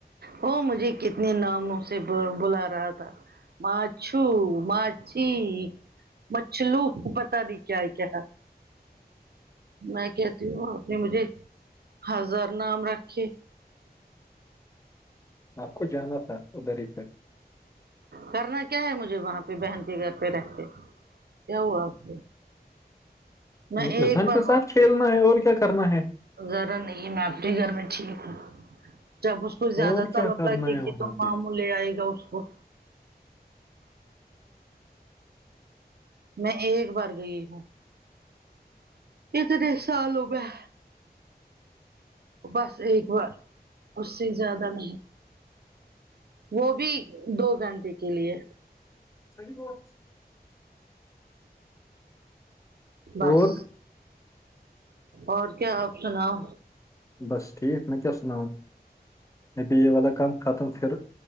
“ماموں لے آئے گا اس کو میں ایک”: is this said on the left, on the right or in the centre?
Right